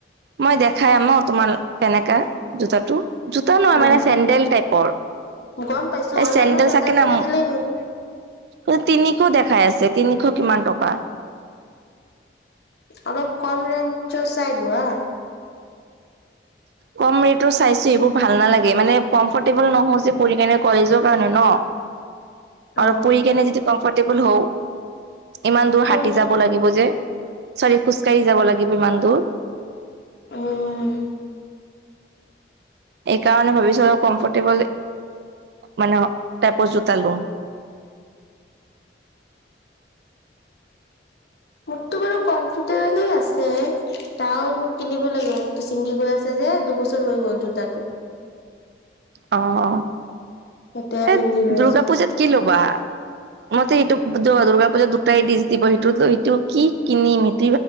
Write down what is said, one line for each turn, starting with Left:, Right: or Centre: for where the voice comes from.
Right: মই দেখাই আম ন তোমাৰ কেনেকা জোতাটো। জোতা নহয়
Left: অ
Right: মানে চেণ্ডেল টাইপৰ।
Left: গম পাইছো অনলাইনত
Right: চেন্দেল
Left: অৰ্ডাৰ
Right: চাকে ন
Left: কৰি দিলেই হ'ল
Right: অ তিনি <unintelligible> দেখাই আছে তিনিশ কিমান টকা।
Left: অলপ কম ৰেঞ্জৰ চাই লোৱা। <inaudible>
Right: কম ৰেটৰ চাইছো এইবোৰ ভাল নালাগে মানে কম্ফৰ্টেবল নহও যে পঢ়ি কাৰণে কলেজৰ কাৰণে ন
Left: অ
Right: আৰু পুৰী কেনে যদি কম্ফৰ্টেবল হওঁ ইমান দূৰ
Left: কোন
Right: হাতী যাব লাগিব যে চাল খোজকাঢ়ি যাব লাগিব ইমান দূৰ
Left: উম।
Right: এইকাৰণে ভাবিছোঁ আৰু কমফৰ্টেবল মানে টাইপৰ জোতা লম
Left: <inaudible> মোৰতো বাৰু কম্ফটেবুলে আছে তাও মোৰ কিনিব লাগিব মোৰতো ছিঙগি গৈ আছে যে দুবছৰ হৈ গ'ল জোতাটো
Right: অ',
Left: সেইটোৱে
Right: এ
Left: পিন্ধি গৈ
Right: দূৰ্গা
Left: আছো
Right: পূজাত কি ল'বা? মতে সেইটো দুৰ্গা পূজা দুটাই ডিচ দিব সেইটোত সটো কি কিনিমটো